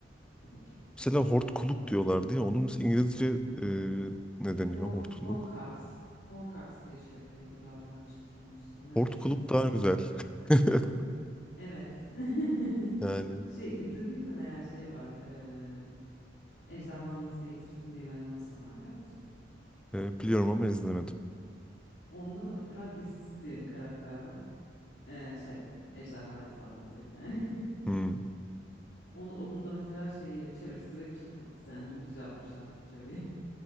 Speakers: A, on the left (about 70°); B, in the centre.
A: tabii ki.
B: Mesela hortkuluk diyorlar diye onun İngilizce e, ne deniyor
A: Hor
B: hortkuluk?
A: Horcax. Horcax diye çeviriyordu galiba yanlış hatırlamıyorsam. böyle
B: Hortkuluk
A: bir şey olması
B: daha
A: lazım.
B: güzel. <laughs>
A: Evet. <laughs>
B: Yani
A: Şey izlediysen eğer şey var. eee Ejderhanı Nasıl Eğitirsin diye bir animasyon var biliyor musun?
B: e, biliyorum ama izlemedim.
A: Onda da mesela dişsiz diye bir karakter var. Ee, şey ejderha zaten direkt yani. <laughs>
B: Hmm,
A: Onu, onun da mesela şeyi çevirisi direkt tutulası yani dümdüz yapmışlar çeviriyi. <laughs>